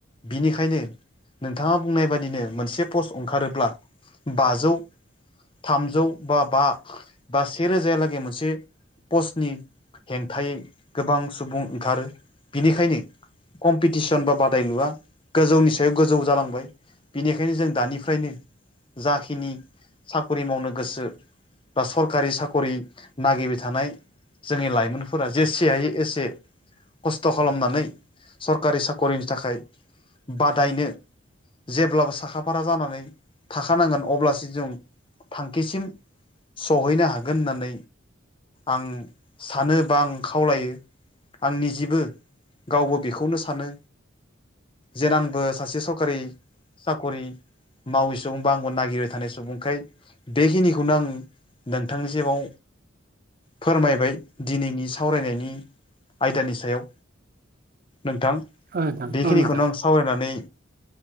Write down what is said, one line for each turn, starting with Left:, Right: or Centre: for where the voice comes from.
Left: बिनिखायनो नोंथाङा बुंनाय बाददिनो मोनसे पस्ट ओंखारोब्ला ब बाजौ थामजौ बा बा बा से रोजायालागै मोनसे पस्टनि हेंथायै गोबां सुबुं ओंखारो बेनिखायनो कम्पिटिसन बा बादायलुवा गोजौनि सायाव गोजौ जालांबाय बिनिखायनो जों दानि फ्रायनो जाखिनि साख्रि मावनो गोसो बा सरकारि साखरि नागिबाय थानाय जोंनि लाइमोनफोरा जेसे हायो एसे खस्थ' खालामनानै सरकारि साख'रिनि थाखाय बादायनो जेब्लाबो साखा फारा जानानै थाखानांगोन अब्लासो जों थांखिसिम सहैनो हागोन होननानै आं सानो बा आं खावलायो आंनि जेबो गावबो बेखौनो सानो जेने आंबो सासे सरकारि साखरि मावै सुबुं बा आंबो नागिरबाय थानाय सुबुंखाय बेखिनिखौनो आं नोंथांनि जिउआव फोरमायबाय दिनैनि सावरायनायनि आयदानि सायाव नोंथां
Right: औ नोंथां
Left: बेखिनिखौनो
Right: औ नोंथां
Left: आं सावरायनानै।